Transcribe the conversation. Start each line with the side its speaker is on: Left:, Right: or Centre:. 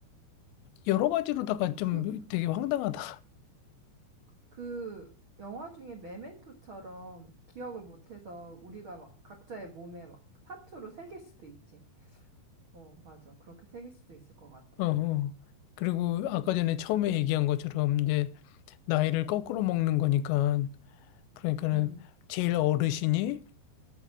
Left: 여러 가지로다가 좀
Right: 그,
Left: 되게 황당하다.
Right: 그 영화 중에 메멘토처럼 기억을 못해서 우리가 막 각자의 몸에 막 타투로 새길 수도 있지. 어, 맞아. 그렇게 새길 수도 있을 것 같아.
Left: 어, 어. 그리고 아까 전에 처음에 얘기한 것처럼 이제 나이를 거꾸로 먹는 거니까 그러니까는
Right: 응.
Left: 제일 어르신이